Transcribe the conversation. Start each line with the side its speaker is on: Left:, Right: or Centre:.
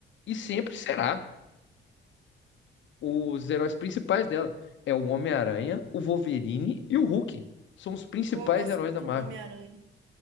Left: e sempre será os heróis principais dela. É o Homem-Aranha, o Wolverine e o Hulk. São os principais
Right: Pô, eu gosto
Left: heróis
Right: muito
Left: da Marvel.
Right: do Homem-Aranha.